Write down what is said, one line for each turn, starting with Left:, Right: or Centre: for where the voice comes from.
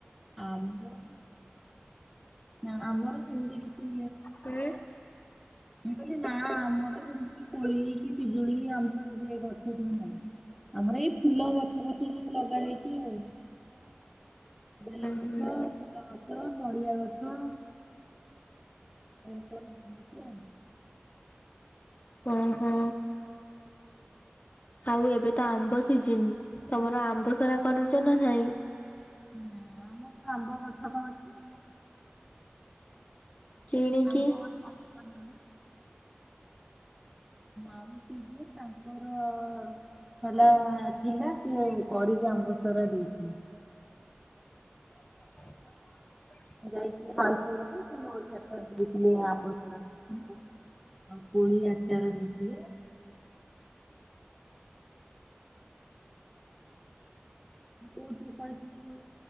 Centre: ଆମର ନା ଆମର ସେମତି କିଛି
Left: ହୁଁ।
Centre: ମୁଁ କହିଲେ ନା ଆମର ଯେମିତି କି କୋଳି କି ପିଜୁଳି ଆମର ଏବେ ଗଛ କି ନାହିଁ। ଆମର ଏଇ ଫୁଲ ଗଛ ପଛ ସବୁ ଲଗାଯାଇଛି ଆଉ। ବେଲ ଗଛ
Left: ହୁଁ
Centre: ଫୁଲ ଗଛ ନଡ଼ିଆ ଗଛ ଏମତି ସବୁ ଲଗେଇଚି ଆଉ।
Left: ଓହୋ ଆଉ ଏବେ ତ ଆମ୍ବ ସିଜନ ତମର ଆମ୍ବ ସରା କରୁଛ ନା ନାଇଁ?
Centre: ନାଇଁ ଆମର ଆମ୍ବ ଗଛ କଣ ଅଛି।
Left: କିଣିକି?
Centre: ଆମ୍ବ ଗଛ ଆମର ପା ନାଇଁ। ଆ ପିଇସି ଯିଏ ତାଙ୍କର ଅ ହେଲା ଥିଲା ସେ କରିକି ଆମ୍ବସରା ଦେଇଥିଲେ।
Left: ହ <inaudible>
Centre: ଯାଇଥିଲେ ବାଉସରକୁ ସେ ମୋରି ହାତରେ ଦେଇଥିଲେ ଆମ୍ବସରା ସମସ୍ତଙ୍କୁ। ଆଉ ପୁଣି ଆଚାର ଦେଇଥିଲେ। କୋଉଠି କହିଥିଲି ଯୋଉ